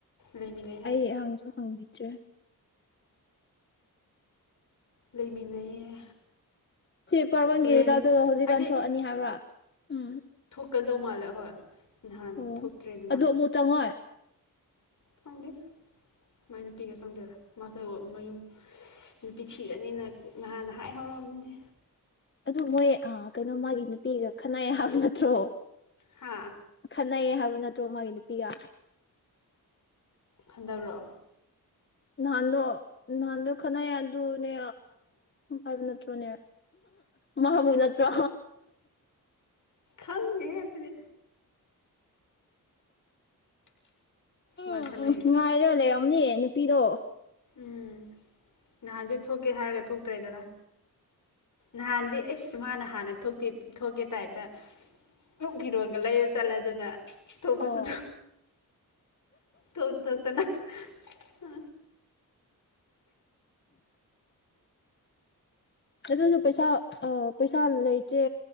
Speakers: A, on the left; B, on the left.
A: ꯂꯩꯃꯤꯟꯅꯩ ꯍꯥꯏ
B: ꯑꯩ ꯑꯩꯍꯥꯡꯁꯨ ꯍꯪꯕꯤꯗ꯭ꯔꯦ
A: ꯂꯩꯃꯤꯟꯅꯩꯌꯦ
B: ꯁꯤ ꯄꯥꯔꯕꯣꯟꯒꯤ
A: ꯔꯦꯟ
B: ꯍꯤꯗꯥꯛꯇꯒ ꯍꯧꯖꯤꯛꯀꯥꯟ
A: ꯍꯥꯏꯗꯤ
B: ꯊꯣꯛꯑꯅꯤ ꯍꯥꯏꯕ꯭ꯔꯥ ꯎꯝ
A: ꯀꯗꯧ ꯃꯥꯜꯂꯦ ꯍꯣꯏ ꯅꯍꯥꯟ
B: ꯑꯣ
A: ꯊꯣꯛꯇ꯭ꯔꯦꯗꯅ
B: ꯑꯗꯨ ꯑꯃꯨꯛ ꯆꯪꯉꯣꯏ
A: ꯆꯪꯗꯦ ꯃꯥꯏ ꯅꯨꯄꯤꯒ ꯆꯪꯗꯣꯏꯔꯥ ꯃꯥꯁꯦ ꯃꯌꯨꯝ ꯅꯨꯄꯤ ꯊꯤꯔꯅꯤꯅ ꯅꯍꯥꯟꯅ ꯍꯥꯏ ꯍꯧꯔꯔꯕꯅꯤꯗꯤ
B: ꯑꯗꯨ ꯃꯣꯏ ꯀꯩꯅꯣ ꯃꯥꯒꯤ ꯅꯨꯄꯤꯒ ꯈꯟꯅꯥꯏ ꯍꯥꯏꯕ ꯅꯠꯇ꯭ꯔꯣ
A: ꯍꯥ
B: ꯈꯅ ꯍꯥꯏꯕ ꯅꯠꯇ꯭ꯔꯣ ꯃꯥꯒꯤ ꯅꯨꯄꯤꯒ
A: ꯈꯟꯗꯧꯔꯛꯑꯣ
B: ꯅꯍꯥꯟꯗꯣ ꯅꯍꯥꯟꯗꯣ ꯈꯠꯅꯩ ꯑꯗꯨꯅꯦ ꯍꯥꯏꯕ ꯅꯠꯇ꯭ꯔꯣꯅꯦ ꯃꯥꯕꯨ ꯅꯠꯇ꯭ꯔꯣ
A: ꯍꯪꯦ ꯍꯥꯏꯗꯗꯤ
B: ꯎꯝ
A: ꯃꯥꯏ ꯈꯟꯅꯩꯕ
B: ꯎꯝ ꯉꯉꯥꯏꯔ ꯂꯩꯔꯝꯅꯤ ꯄꯤꯔꯛꯑꯣ
A: ꯎꯝ ꯅꯍꯥꯟꯁꯨ ꯊꯣꯛꯀꯦ ꯍꯥꯏꯔꯒ ꯊꯣꯛꯇ꯭ꯔꯦꯗꯅ ꯅꯍꯥꯟꯗꯤ ꯑꯩꯁ ꯃꯥꯅ ꯍꯥꯟꯅ ꯊꯣꯛꯇꯦ ꯊꯒꯦ ꯇꯥꯏꯇ ꯀꯛ ꯐꯤꯔꯣꯟꯒ ꯂꯩꯕ ꯆꯠꯂꯦ ꯑꯗꯨꯅ ꯇꯁꯨ
B: ꯑꯣ
A: ꯇꯑꯁꯨ ꯊꯣꯛꯇꯅ ꯑ
B: ꯑꯗꯨꯁꯨ ꯄꯩꯁꯥ ꯄꯩꯁꯥ ꯂꯩꯇ꯭ꯔꯦ